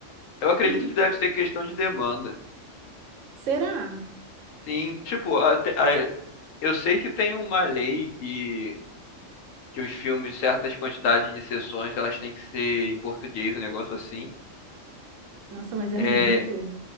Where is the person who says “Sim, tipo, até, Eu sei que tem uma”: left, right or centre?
Left